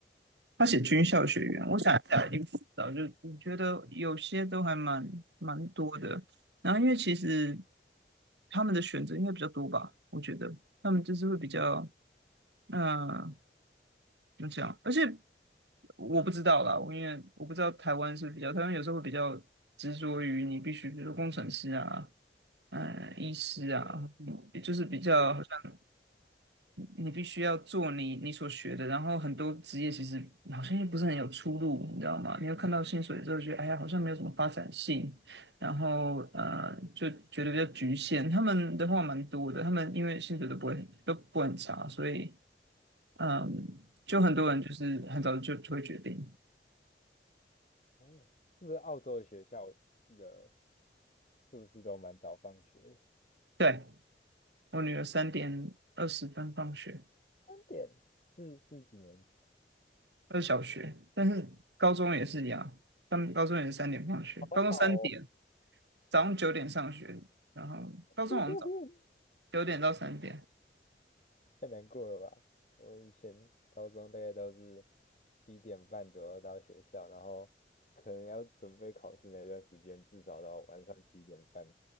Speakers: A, on the right; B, on the left.
A: 他写军校学员，我想一下，一定不知道就我觉得有些都还蛮蛮多的。然后因为其实他们的选择应该比较多吧，我觉得他们就是会比较，嗯。那这样，而且我不知道啦，我因为我不知道台湾是比较，台湾有时候会比较执着于你必须，比如说工程师啊，呃，医师啊，
B: 对，
A: 嗯就是比较好像
B: 就是
A: 你必须要做你你所学的，然后很多职业其实好像又不是很有出路，你知道吗？你又看到薪水之后觉得，哎呀，好像没有什么发展性，然后呃，就觉得比较局限。他们的话蛮多的，他们因为薪水都不会很都不会很差，所以。嗯，就很多人就是很早就就会决定。
B: 就是哦，是不是澳洲的学校？我记得是不是都蛮早放学的
A: 对，我女儿三点二十分放学，
B: 三点是是几年级？
A: 呃，小学，但是高中也是一样，他们高中也是三点放学，
B: 好好哦。
A: 高中三点，早上九点上学，然后高中好像早
B: <laughs>
A: 九点到三点，
B: 太难过了吧？我以前高中大概都是七点半左右到学校，然后可能要准备考试那段时间，至少到晚上七点半